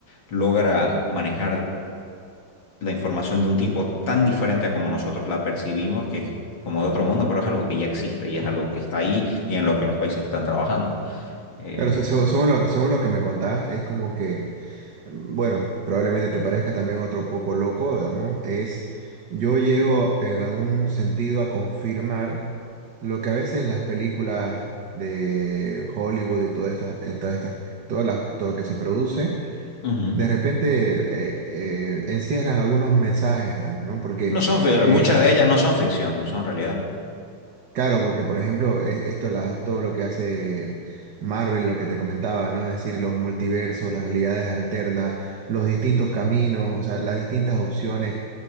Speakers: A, on the left; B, on the right.
A: logra manejar la información de un tipo tan diferente a como nosotros la percibimos, que es como de otro mundo, pero es algo que ya existe y es algo que está ahí y en lo que los países están trabajando. Eh,
B: Claro, se- según, según lo, según lo que me contás, es como que, mm, bueno, probablemente te parezca también otro poco loco, digamos, es yo llego en algún sentido a confirmar lo que a veces las películas de Hollywood y todas estas, estas, estas- todas las- todo lo que se produce,
A: ujú.
B: de repente eh, eh, encierran algunos mensajes, digamos, ¿no? Porque
A: No son, fi-
B: eh,
A: muchas
B: la-
A: de ellas no son ficción, son realidad.
B: Claro, porque por ejemplo, es- esto la- todo lo que hace Marvel, lo que te comentaba, ¿no? Es decir, los multiversos, las realidades alternas, los distintos caminos, o sea, las distintas opciones